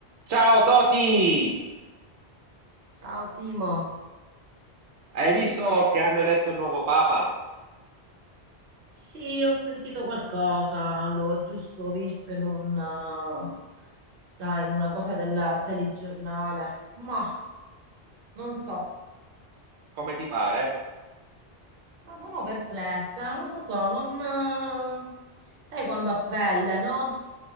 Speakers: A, on the right; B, on the right.
A: Ciao Toti!
B: Ciao Simo.
A: Hai visto che hanno eletto il nuovo Papa?
B: Sì, ho sentito qualcosa, l'ho giusto visto in un, eh, là, in una cosa del telegiornale, ma non so,
A: Come ti pare?
B: ma sono perplessa, non lo so, non, eh, sai quando a pelle, no?